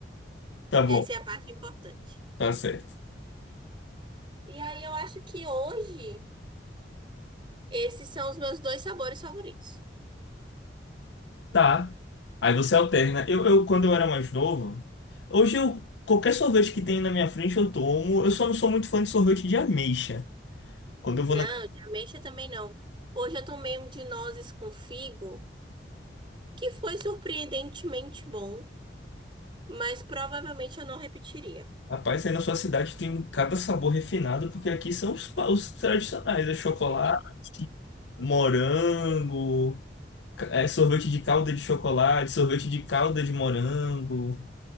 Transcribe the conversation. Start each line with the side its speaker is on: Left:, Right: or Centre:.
Left: Tá bom,
Right: Essa é a parte importante.
Left: tá certo.
Right: E aí eu acho que hoje esses são os meus dois sabores favoritos.
Left: Tá. Aí você alterna. Eu, eu, quando eu era mais novo, hoje eu, qualquer sorvete que tem na minha frente eu tomo. Eu só não sou muito fã de sorvete de ameixa. Quando eu vou
Right: Não, de ameixa também não. Hoje eu tomei um de nozes com figo, que foi surpreendentemente bom, mas provavelmente eu não repetiria.
Left: Rapaz, aí na sua cidade tem cada sabor refinado, porque aqui são os, pa- os tradicionais, é chocolate, morango, ca- é sorvete de calda de chocolate, sorvete de calda de morango,